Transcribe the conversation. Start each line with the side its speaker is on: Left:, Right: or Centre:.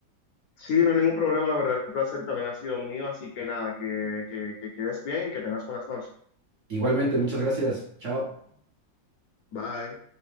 Left: Sí, no hay ningún problema, la verdad el placer también ha sido mío, así que nada, que, que, que quedes bien y que tengas buenas noches.
Right: Igualmente, muchas gracias. Chao.
Left: Bye.